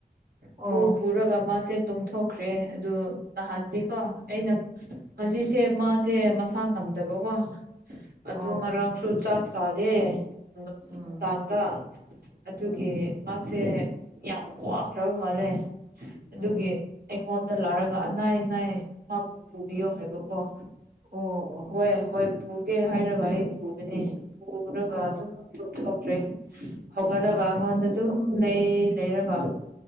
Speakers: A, on the right; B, on the right.
A: ꯑꯣ
B: ꯄꯨ ꯄꯨꯔꯒ ꯃꯥꯁꯦ ꯇꯨꯝꯊꯣꯛ ꯍꯧꯈ꯭ꯔꯦ ꯑꯗꯨ ꯅꯍꯥꯟꯗꯤꯀꯣ
A: ꯎꯝ
B: ꯑꯩꯅ ꯉꯁꯤ
A: ꯎꯝ
B: ꯁꯦ ꯃꯥꯁꯦ ꯃꯁꯥ ꯉꯝꯗꯕꯀꯣ
A: ꯑꯣ
B: ꯑꯗꯨ ꯉꯔꯥꯡꯁꯨ ꯆꯥꯛ ꯆꯥꯗꯦ ꯅꯨꯡꯗꯥꯡꯗ
A: ꯎꯝ
B: ꯑꯗꯨꯒꯤ
A: ꯎꯝ
B: ꯃꯥꯁꯦ ꯌꯥꯝ ꯋꯥꯈ꯭ꯔꯕ ꯃꯥꯜꯂꯦ ꯑꯗꯨꯒꯤ
A: ꯎꯝ
B: ꯃꯉꯣꯟꯗ ꯂꯥꯛꯔꯒ ꯑꯅꯥꯏ ꯑꯅꯥꯏ ꯃꯥꯕꯨ ꯄꯨꯕꯤꯌꯣ ꯍꯥꯏꯕꯀꯣ
A: ꯑꯣ ꯑꯣ
B: ꯍꯣꯏ ꯍꯣꯏ ꯄꯨꯒꯦ ꯍꯥꯏꯅꯕ ꯑꯩ ꯄꯨꯕꯅꯤ ꯄꯨꯔꯒ
A: ꯑꯣ
B: ꯑꯗꯨꯝ ꯍꯧꯈ꯭ꯔꯦ ꯍꯧꯍꯠꯂꯒ
A: ꯑꯥ
B: ꯑꯩꯉꯣꯟꯗ ꯑꯗꯨꯝ ꯎꯝ ꯂꯩ ꯂꯩꯔꯕ